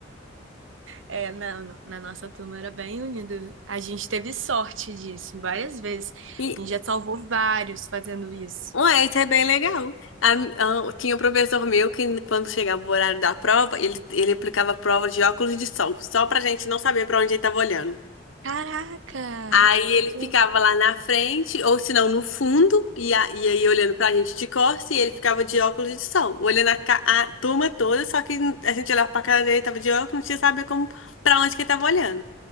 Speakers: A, on the right; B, on the left.
A: É, na, na nossa turma era bem unida. A gente teve sorte disso várias vezes.
B: E,
A: A gente já salvou vários fazendo isso.
B: ué, isso é bem legal. A- a- tinha um professor meu que, quando chegava o horário da prova, ele, ele aplicava a prova de óculos de sol, só pra gente não saber pra onde ele tava olhando.
A: Caraca!
B: Aí ele ficava
A: O-
B: lá na frente, ou se não, no fundo, e, a- e aí olhando pra gente de costas, e ele ficava de óculos de sol, olhando a, ca- a turma toda, só que a gente olhava pra cara dele, tava de óculos, não tinha saber como, pra onde que ele tava olhando.